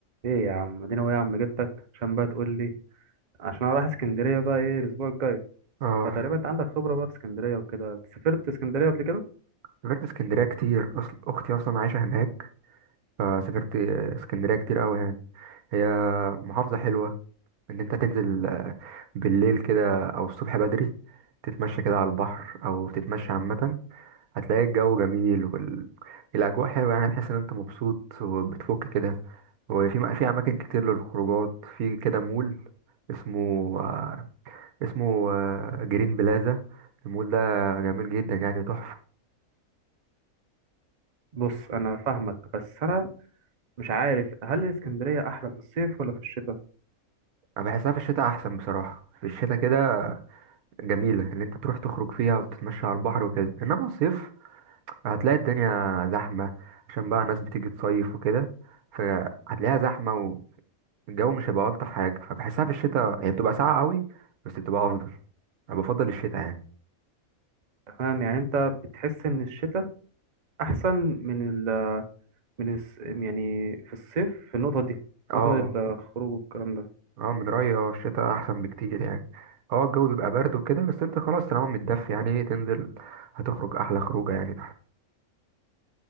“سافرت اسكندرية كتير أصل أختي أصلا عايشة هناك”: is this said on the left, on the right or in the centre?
Right